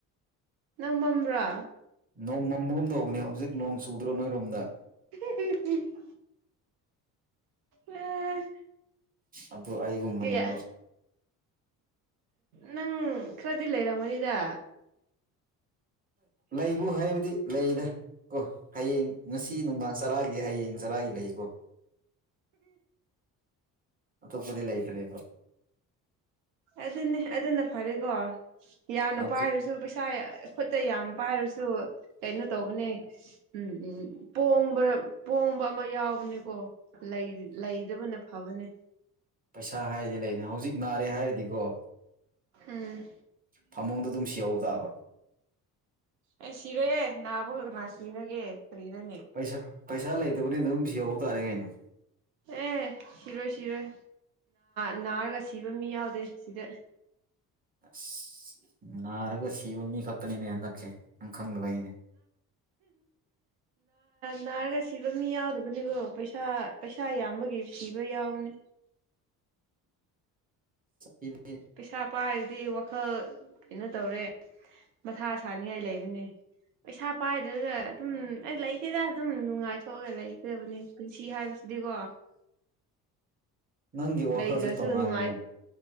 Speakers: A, on the right; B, on the right.
A: ꯅꯪ ꯃꯝꯕ꯭ꯔꯣ
B: ꯅꯣꯡ ꯃꯝꯕꯒꯨꯝ ꯇꯧꯕꯅꯦ ꯍꯧꯖꯤꯛ ꯅꯣꯡ ꯆꯨꯗ꯭ꯔꯣ ꯅꯣꯏꯔꯣꯝꯗ
A: ꯎ ꯑꯦ
B: ꯑꯗꯨ ꯑꯩꯒꯨꯝꯕꯅꯦꯕ
A: ꯀꯌꯥ ꯅꯪ ꯈꯔꯗꯤ ꯂꯩꯔꯥꯎꯒꯅꯤꯗ
B: ꯂꯩꯕꯨ ꯍꯥꯏꯕꯗꯤ ꯂꯩꯗ ꯀꯣ ꯍꯌꯦꯡ ꯉꯁꯤ ꯅꯨꯡꯗꯥꯡ ꯆꯔꯥꯒꯤ ꯍꯌꯦꯡ ꯆꯔꯥꯒꯤ ꯂꯩꯌꯦꯀꯣ ꯑꯇꯣꯞꯄꯗꯤ ꯂꯩꯇ꯭ꯔꯦ
A: ꯑꯗꯨꯅꯤ ꯑꯗꯨꯅ ꯐꯔꯦꯀꯣ ꯌꯥꯝꯅ
B: ꯍꯧꯖꯤꯛ
A: ꯄꯥꯏꯔꯁꯨ ꯄꯩꯁꯥ ꯈꯨꯠꯇ ꯌꯥꯝ ꯄꯥꯏꯔꯁꯨ ꯀꯩꯅꯣ ꯇꯧꯕꯅꯦ ꯎ ꯄꯣꯡꯕꯗ ꯄꯣꯡꯕ ꯑꯃ ꯌꯥꯎꯕꯅꯦꯀꯣ ꯂꯩꯗꯕꯅ ꯐꯕꯅꯦ
B: ꯄꯩꯁꯥ ꯍꯥꯏꯔꯗꯤ ꯂꯩꯅꯤ ꯍꯧꯖꯤꯛ ꯅꯥꯔꯦ ꯍꯥꯏꯔꯗꯤꯀꯣ
A: ꯎꯝ
B: ꯐꯃꯨꯡꯗ ꯑꯗꯨꯝ ꯁꯤꯍꯧ ꯇꯥꯕ
A: ꯑꯦ ꯁꯤꯔꯣꯏꯌꯦꯦ ꯅꯥꯕ ꯈꯛꯇꯅ ꯁꯤꯅꯒꯦ ꯀꯔꯤꯅꯅꯤ
B: ꯄꯩꯁꯥ ꯄꯩꯁꯥ ꯂꯩꯇꯕꯅꯤꯅ ꯑꯗꯨꯝ ꯁꯤ ꯌꯍꯧꯕ ꯇꯥꯔꯦ ꯀꯩꯅꯣ
A: ꯑꯦ ꯁꯤꯔꯣꯏ ꯁꯤꯔꯣꯏ ꯅꯥꯔꯒ ꯁꯤꯕ ꯃꯤ ꯌꯥꯎꯗꯦ ꯁꯤꯗ
B: ꯑꯁ ꯅꯥꯔꯒ ꯁꯤꯕ ꯃꯤ ꯈꯛꯇꯅꯤꯅꯦ ꯍꯟꯗꯛꯁꯦ ꯅꯪ ꯈꯪꯗꯕꯩꯅꯦ
A: ꯅꯥꯔꯒ ꯁꯤꯕ ꯃꯤ ꯌꯥꯎꯗꯕꯅꯤꯀꯣ ꯄꯩꯁꯥꯩꯥ ꯆꯥ ꯏꯕꯒꯤ ꯁꯤꯕ ꯌꯥꯎꯅꯦ
B: ꯏ
A: ꯄꯩꯁꯥ ꯄꯥꯏꯔꯗꯤ ꯋꯥꯈꯜ ꯀꯩꯅꯣ ꯇꯧꯔꯦ ꯃꯊꯥ ꯁꯥꯅꯤꯡꯉꯥꯏ ꯂꯩꯕꯅꯦ ꯄꯩꯁꯥ ꯄꯥꯏꯗꯒ ꯎꯝ ꯑꯩ ꯂꯩꯇꯦꯗ ꯑꯗꯨꯝ ꯅꯨꯡꯉꯥꯏꯊꯣꯛꯑꯒ ꯂꯩꯇꯕꯅꯦ ꯄꯨꯟꯁꯤ ꯍꯥꯏꯕꯁꯤꯗꯤꯀꯣ
B: ꯅꯪꯒꯤ ꯋꯥꯈꯜꯁꯦ
A: ꯂꯩꯗ꯭ꯔꯁꯨ
B: ꯇꯣꯡꯉꯥꯜꯂꯤꯅꯦ
A: ꯅꯨꯡꯉꯥꯏ